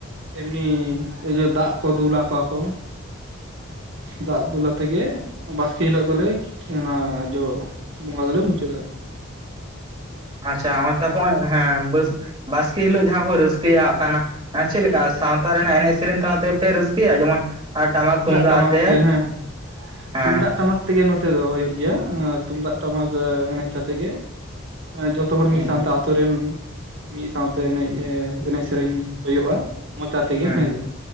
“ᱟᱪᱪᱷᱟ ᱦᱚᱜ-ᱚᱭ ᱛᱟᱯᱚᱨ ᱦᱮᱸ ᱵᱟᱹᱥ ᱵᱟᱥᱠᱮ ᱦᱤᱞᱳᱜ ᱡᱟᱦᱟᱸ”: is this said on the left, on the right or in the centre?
Right